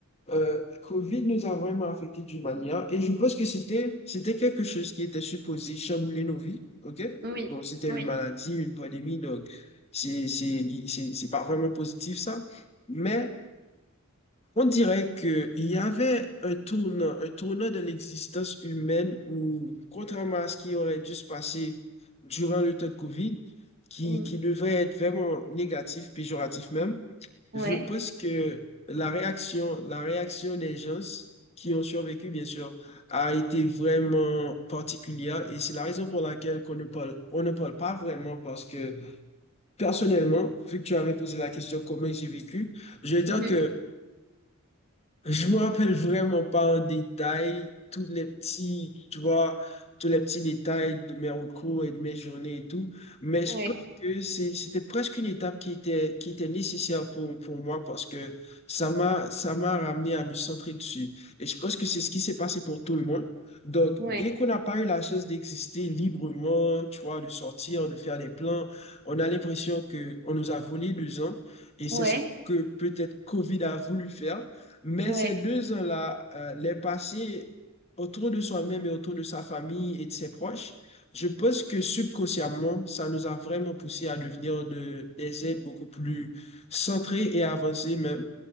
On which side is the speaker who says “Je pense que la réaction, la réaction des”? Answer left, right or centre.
Left